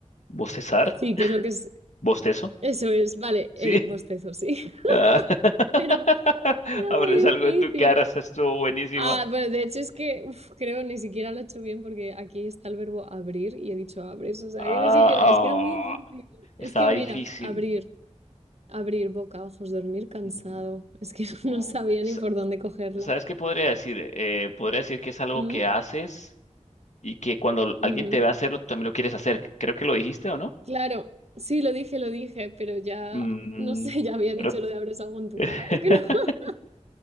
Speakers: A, on the left; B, on the right.
A: ¿Bostezar?
B: Sí, que es lo que es...
A: ¿Bostezo?
B: Eso es, vale,
A: Sí.
B: el bostezo, sí. <laughs>
A: Ah, <laughs>
B: Era, era
A: Abres
B: muy
A: algo
B: difícil.
A: en tu cara, esa estuvo buenísima.
B: Ah, bueno, de hecho es que uf, creo ni siquiera lo he hecho bien porque aquí está el verbo abrir y he dicho abres, o sea
A: Ah,
B: que ni siquiera, es que era muy difícil.
A: ah, estaba
B: Es que mira,
A: difícil.
B: abrir, abrir boca, ojos, dormir cansado,
A: Mm,
B: es que <laughs>
A: oh,
B: no sabía
A: sa-
B: ni por dónde cogerla.
A: ¿Sabes qué podría decir? Eh, podría decir que es algo
B: Mm,
A: que haces y que cuando l-
B: ujú.
A: alguien te ve hacerlo, tú también lo quieres hacer. Creo que lo dijiste, ¿o no?
B: Claro, sí, lo dije, lo dije, pero ya,
A: Mm,
B: no sé, <laughs> ya había dicho
A: creo-
B: lo de abres algo en tu
A: <laughs>
B: cara, es que no, <laughs>